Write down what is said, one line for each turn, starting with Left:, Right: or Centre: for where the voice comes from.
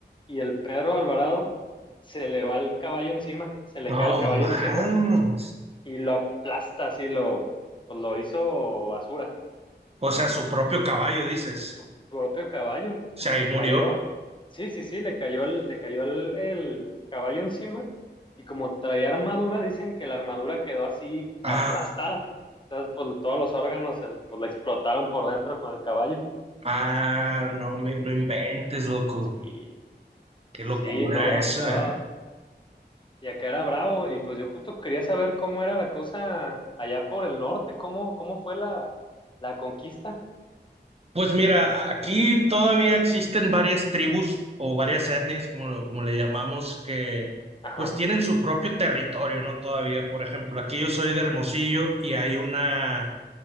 Left: y el Pedro Alvarado se le va el caballo encima, se le
Right: No,
Left: cae el caballo
Right: man.
Left: encima y lo aplasta así, lo, pues, lo hizo basura
Right: O sea, su propio caballo, dices.
Left: su propio caballo.
Right: O sea,
Left: Lo
Right: ahí murió.
Left: cayó, sí, sí, sí, le cayó el, le cayó el, el caballo encima y como traía armadura, dicen que la armadura quedó así
Right: Ah,
Left: aplastada. Entonces, pues todos los órganos el- pues, le explotaron por dentro con el caballo.
Right: ah, no me, no inventes, loco.
Left: Sí,
Right: Qué
Left: sí,
Right: locura
Left: no,
Right: eso,
Left: estaba...
Right: ¿eh?
Left: Y acá era bravo y pues yo justo quería saber cómo era la cosa allá por el norte, cómo, cómo fue la, la conquista.
Right: Pues mira, aquí todavía existen varias tribus o varias etnias, como, lo- como le llamamos, que
Left: Ajá.
Right: pues tienen su propio territorio, ¿no? Todavía, por ejemplo, aquí yo soy de Hermosillo y hay una,